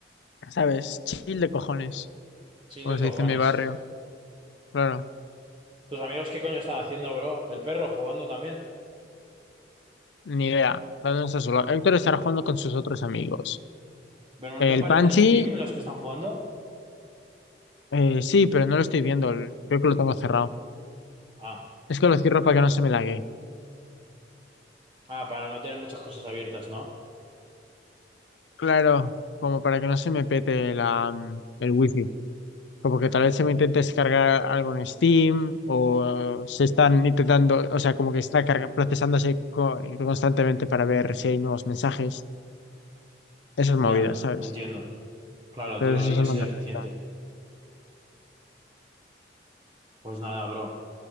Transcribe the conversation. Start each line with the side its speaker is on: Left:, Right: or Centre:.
Left: ¿sabes? Chill de cojones,
Right: Chill
Left: como
Right: de
Left: se
Right: cojones.
Left: dice en mi barrio. Claro,
Right: ¿Tus amigos qué coño están haciendo, bro? ¿El perro jugando también?
Left: ni idea. ¿Dónde está solo? Héctor estará jugando con sus otros amigos.
Right: ¿Pero no
Left: El
Right: te aparecen
Left: Panchi,
Right: en Steam los que están jugando?
Left: eh, sí, pero no lo estoy viendo. el- Creo que lo tengo cerrado.
Right: Ah,
Left: Es que lo cierro para que no se me lague.
Right: ah, para no tener muchas cosas abiertas, ¿no?
Left: Claro, como para que no se me pete la, mm, el wifi. Como que tal vez se me intente descargar algo en Steam o se están intentando, o sea, como que está carga- procesándose co- constantemente para ver si hay nuevos mensajes. Esas movidas,
Right: Ya,
Left: ¿sabes?
Right: entiendo. Claro,
Left: Pero
Right: tío,
Left: eso
Right: hay que
Left: no
Right: ser
Left: me
Right: eficiente.
Left: mermelada.
Right: Pues nada, bro.